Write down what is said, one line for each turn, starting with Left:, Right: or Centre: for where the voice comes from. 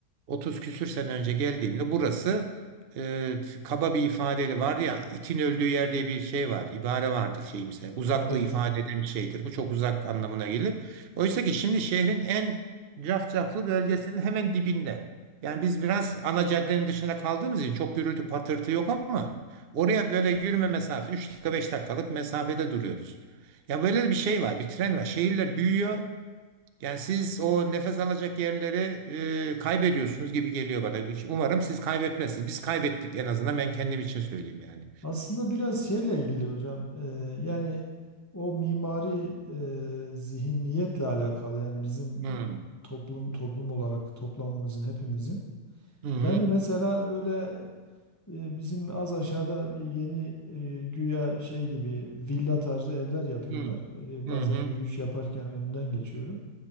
Right: 30 küsür sene önce geldiğimde burası e, kaba bir ifadeyle var ya itin öldüğü yer diye bir şey var. İbare vardır şeyimse. Uzaklığı
Left: Evet.
Right: ifade eden bir şeydir. Bu çok uzak anlamına gelir. Oysa ki şimdi şehrin en cafcaflı bölgesinin hemen dibinde. Yani biz biraz ana caddenin dışında kaldığımız için çok gürültü patırtı yok ama oraya böyle yürüme mesafesi 3 dakika 5 dakikalık mesafede duruyoruz. Ya böyle bir şey var, bir tren var. Şehirler büyüyor. Yani siz o nefes alacak yerleri e, kaybediyorsunuz gibi geliyor bana. Umarım siz kaybetmezsiniz. Biz kaybettik en azından ben kendim için söyleyeyim yani.
Left: Aslında biraz şeyle ilgili hocam. e, yani o mimari e, zihniyetle alakalı. Yani bizim
Right: Hmm,
Left: toplum toplum olarak toplamımızın hepimizin.
Right: Hı hı.
Left: Yani mesela böyle e, bizim az aşağıda bir yeni e, güya şey gibi villa tarzı evler yapıyorlar.
Right: Hı
Left: E,
Right: hı.
Left: bazen
Right: Hı
Left: yürüyüş yaparken önünden geçiyorum.